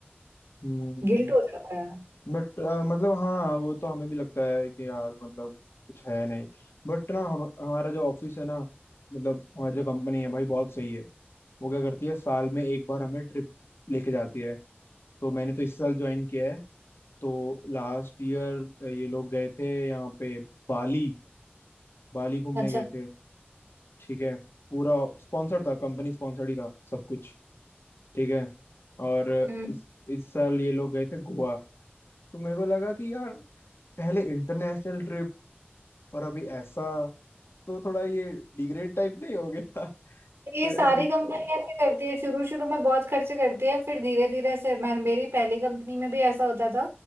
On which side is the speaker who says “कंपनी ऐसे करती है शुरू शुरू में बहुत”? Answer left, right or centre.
Right